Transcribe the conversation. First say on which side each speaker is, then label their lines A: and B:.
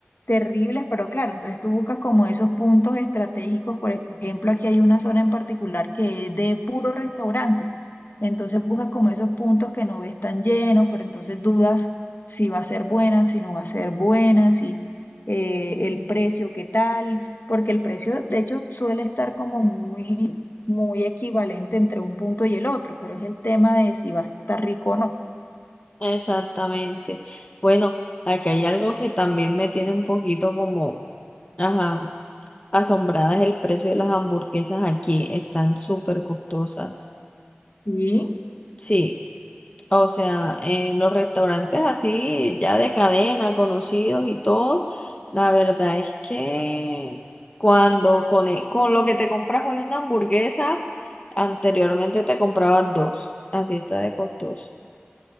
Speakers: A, on the left; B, on the left.
A: terribles, pero claro, entonces tú buscas como esos puntos estratégicos, por ejemplo, aquí hay una zona en particular que es de puro restaurante, entonces buscas como esos puntos que no ves tan llenos, pero entonces dudas si va a ser buena, si no va a ser buena, si eh, el precio, qué tal, porque el precio, de hecho, suele estar como muy, muy equivalente entre un punto y el otro, pero es el tema de si va a estar rico o no.
B: Exactamente. Bueno, aquí hay algo que también me tiene un poquito como... Ajá. asombradas el precio de las hamburguesas aquí, están súper costosas.
A: Sí,
B: Sí, o sea, en los restaurantes así, ya de cadena, conocidos y todo, la verdad es que cuando con, e- con lo que te compras hoy una hamburguesa, anteriormente te comprabas dos, así está de costoso.